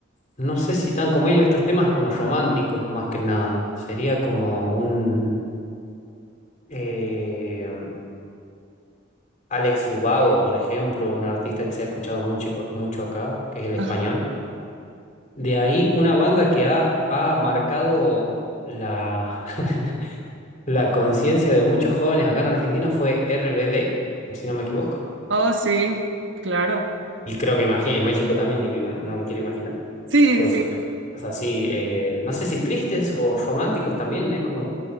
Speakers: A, on the left (about 40°); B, on the right (about 70°).
A: no sé si tan como ellos, estos temas como románticos, más que nada. Sería como un eh, Alex Ubago, por ejemplo, un artista que se ha escuchado mucho, mucho acá, que es el español.
B: Ajá.
A: De ahí una banda que ha, ha marcado la, <laughs> la conciencia de muchos jóvenes acá en Argentina fue RBD, si no me equivoco.
B: Oh, sí, claro.
A: Y creo que imagi- en México también, ni me ima- no me quiero imaginar,
B: Sí,
A: por
B: sí,
A: sus temas así, eh, no sé si tristes o románticos también, es como